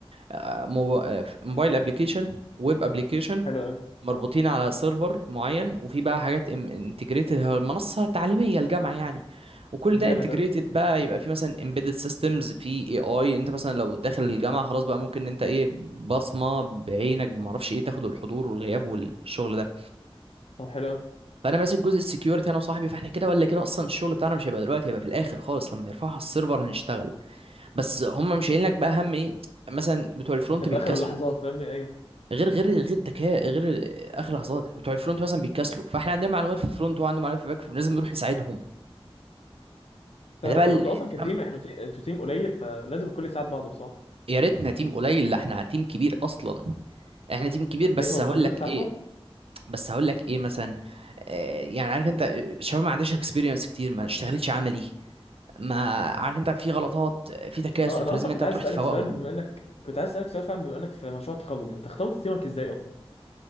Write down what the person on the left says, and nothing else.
حلو قوي
جامد
قوي
طب حلو قوي
انت في
اخر اللحظات فاهمني ايوه
فاهمك
اه، انتوا اصلا
كتيم احنا تي... انتوا تيم قليل فلازم الكل يساعد بعضه بصراحه
ليه هو
مش الميكس
10
اه انا
اصلا
كنت عايز
اسالك
سؤال بما انك كنت عايز اسالك سؤال فعلا بما انك في مشروع التخرج انت اخترت تيمك ازاي اصلا